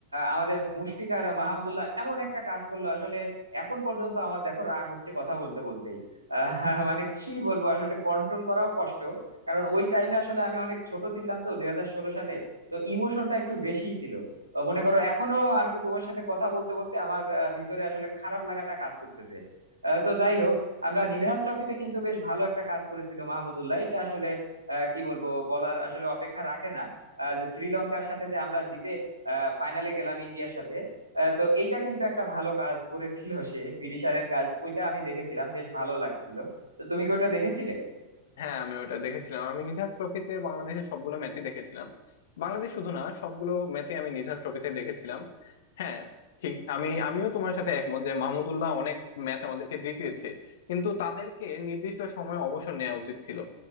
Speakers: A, on the right; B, on the left.
A: আমাদের মুশফিক আর মাহমুদুল্লাহ এমন একটা কাজ করলো আসলে এখন পর্যন্ত আমার দেখো রাগ হচ্ছে কথা বলতে বলতেই আহ, মানে কি বলবো আসলে কন্ট্রোল করাও কষ্ট কারণ ওই টাইমে আসলে আমি অনেক ছোট ছিলাম তো দুই হাজার ষোলো সালে তো ইমোশনটা একটু বেশিই ছিল আহ মনে করো এখনো আর কি তোমার সাথে কথা বলতে বলতে আমার আহ, ভিতরে আসলে খারাপ লাগাটা কাজ করতেছে আহ, তো যাই হোক আমরা নিধাস ট্রফিতে কিন্তু বেশ ভালো একটা কাজ করেছিল মাহমুদুল্লাহ এটা আসলে আহ, কি বলবো বলার আসলে অপেক্ষা রাখে না আহ, যে শ্রীলঙ্কার সাথে যে আমরা জিতে ফাইনালে গেলাম ইন্ডিয়ার সাথে আহ, তো এইটা কিন্তু একটা ভালো কাজ করেছিল সে ফিনিশারের কাজ ওইটা আমি দেখেছিলাম বেশ ভালো লাগছিল তো তুমি কি ওটা দেখেছিলে
B: হ্যাঁ আমি ওটা দেখেছিলাম আমি নিধাস ট্রফিতে বাংলাদেশের সবগুলো ম্যাচই দেখেছিলাম বাংলাদেশ শুধু না সবগুলো ম্যাচই আমি নিধাস ট্রফিতে দেখেছিলাম হ্যাঁ ঠিক আমি আমিও তোমার সাথে একমত যে মাহমুদুল্লাহ অনেক ম্যাচ আমাদেরকে জিতিয়েছে কিন্তু তাদেরকে নির্দিষ্ট সময়ে অবসর নেওয়া উচিত ছিল